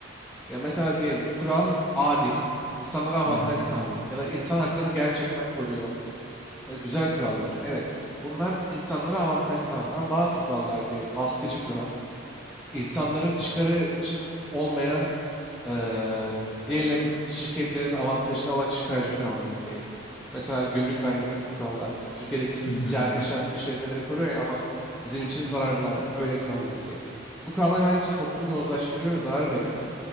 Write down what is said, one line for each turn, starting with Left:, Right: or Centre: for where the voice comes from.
Centre: Ya mesela diyelim kural adil. insanlara avantaj
Left: Hı hı.
Centre: sağlıyor. Ya da insan haklarını gerçekten koruyor. E, güzel kurallar. Evet. Bunlar insanlara avantaj sağlar. Ama bazı kurallar diyelim baskıcı kural. insanların çıkarı için olmayan eee, diyelim şirketlerin avantajına olan çıkarcı kurallar diyelim. Mesela gümrük vergisi gibi kurallar. Türkiye'deki
Left: Hı
Centre: ticari
Left: hı.
Centre: işlem, işletmeleri koruyor ya ama bizim için zararlı abi. Öyle kuralları diyelim. Bu kurallar bence işte toplumu yozlaştırıyor ve zarar veriyor.